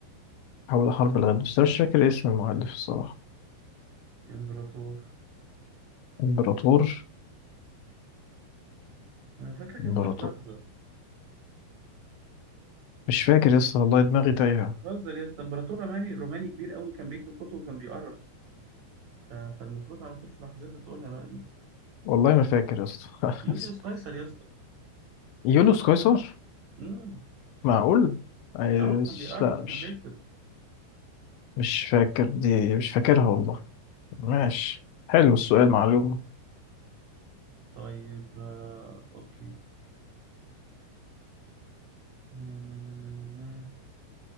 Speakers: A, on the left; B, on the right.
A: حول حرب الغال بس أنا مش فاكر اسم المؤلف الصراحة
B: إمبراطور
A: إمبراطور
B: أنا فاكرك
A: إمبراطور
B: هتقولها في لحظة
A: مش فاكر يا اسطى والله دماغي تايهة
B: بتهزر يا اسطى إمبراطور روماني روماني كبير أوي كان بيكتب كتب وكان بيؤرخ ف- فالمفروض على طول في لحظتها تقولها بقى دي
A: والله ما فاكر يا اسطى
B: يوليوس قيصر
A: <laughs>
B: يا اسطى
A: يوليوس قيصر
B: امم
A: معقول؟ عايش-
B: اه كان بيأرخ
A: لا
B: وكان
A: مش
B: بيكتب
A: مش فاكر دي مش فاكرها والله ماشي حلو
B: اوكي
A: السؤال معلومة
B: طيب آه اوكي نا نا نا نا نا نا.